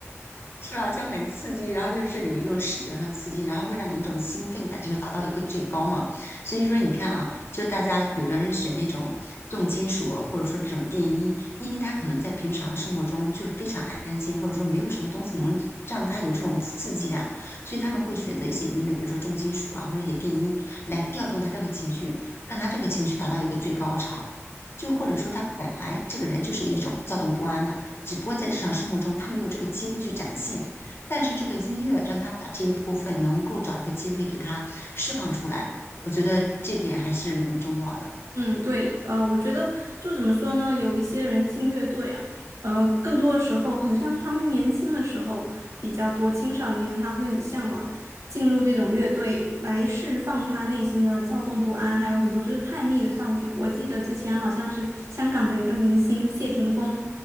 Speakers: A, on the left; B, on the right.
A: 是吧？就很刺激，然后就是有一种视觉上刺激，然后会让你一种兴奋感，就是达到一个最高嘛。所以说，你看啊，就大家有的人选那种重金属啊或者说这种电音，因为他可能在平常生活中就非常安静，或者说没有什么东西能让他有这种刺激感，所以他们会选择一些音乐，比如说重金属啊，或者一些电音，来调动他这个情绪，让他这个情绪达到一个最高潮。就或者说他本来这个人就是一种躁动不安的。只不过在日常生活中他没有这个机会去展现。但是这个音乐让他把这一部分能够找一个机会给他释放出来，我觉得这点还是蛮重要的。
B: 嗯，对，呃，我觉得就怎么说呢，有一些人进乐队啊，呃，更多的时候很像是他们年轻的时候比较多，青少年他会很向往进入这种乐队来释放他内心的躁动不安，还有很多就是叛逆的少年。我记得之前好像是香港的一个明星谢霆锋，